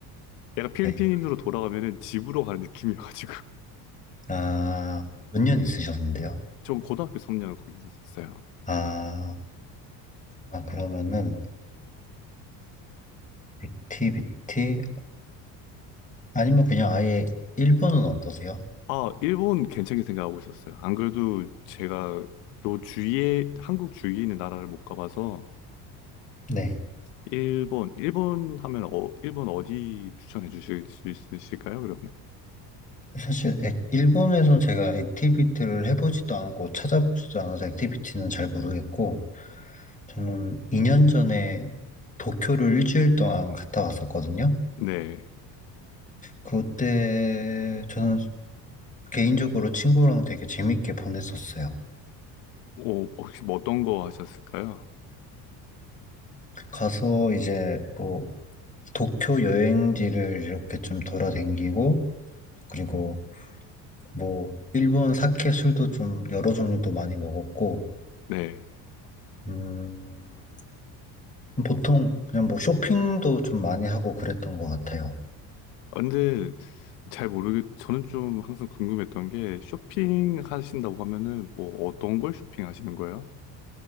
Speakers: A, on the left (about 80°); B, on the left (about 15°).
A: 약간 필리핀으로
B: 네.
A: 돌아가면은 집으로 가는 느낌이어가지고
B: 아, 몇
A: <laughs>
B: 년 있으셨는데요?
A: 저 고등학교 3년 거기 있었어요.
B: 아, 아, 그러면은, 액티비티, 아니면 그냥 아예 일본은 어떠세요?
A: 아, 일본 괜찮게 생각하고 있었어요. 안 그래도 제가 요 주위에, 한국 주위에 있는 나라를 못 가봐서,
B: 네.
A: 일본, 일본 하면, 어, 일본 어디 추천해 주실 수 있으실까요, 그러면?
B: 사실, 액- 일본에선 제가 액티비티를 해보지도 않고 찾아보지도 않아서 액티비티는 잘 모르겠고, 저는 2년 전에 도쿄를 일주일 동안 갔다 왔었거든요.
A: 네.
B: 그때 저는 개인적으로 친구랑 되게 재밌게 보냈었어요.
A: 어, 혹시 뭐 어떤 거 하셨을까요?
B: 가서 이제 뭐 도쿄 여행지를 이렇게 좀 돌아다니고, 그리고 뭐, 일본 사케 술도 좀 여러 종류도 많이 먹었고,
A: 네.
B: 음, 보통 그냥 뭐 쇼핑도 좀 많이 하고 그랬던 것 같아요.
A: 아, 근데 잘 모르겠, 저는 좀 항상 궁금했던 게, 쇼핑 하신다고 하면은, 뭐 어떤 걸 쇼핑 하시는 거예요?